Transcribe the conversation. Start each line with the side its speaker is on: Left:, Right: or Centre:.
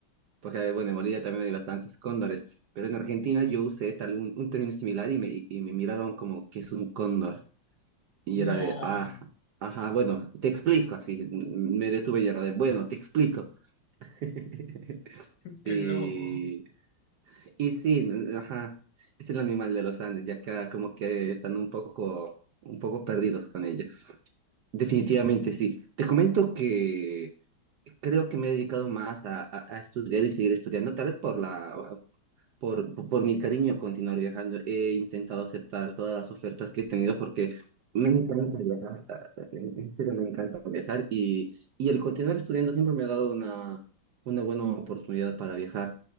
Right: porque bueno, en Bolivia también hay bastantes cóndores, pero en Argentina yo usé tal un, un término similar y me, y me miraron como que es un cóndor. Y
Left: No,
Right: era de, ajá, ajá, bueno, te explico, así me detuve y era de, bueno, te explico. <laughs>
Left: <laughs> qué
Right: Y,
Left: loco.
Right: y sí, n- ajá, es el animal de los Andes, ya acá como que están un poco, un poco perdidos con ello. Definitivamente sí. Te comento que creo que me he dedicado más a, a- a estudiar y seguir estudiando, tal vez por la, por, por, por mi cariño a continuar viajando, he intentado aceptar todas las ofertas que he tenido porque me encanta viajar, en en serio me encanta viajar y, y el continuar estudiando siempre me ha dado una, una buena oportunidad para viajar,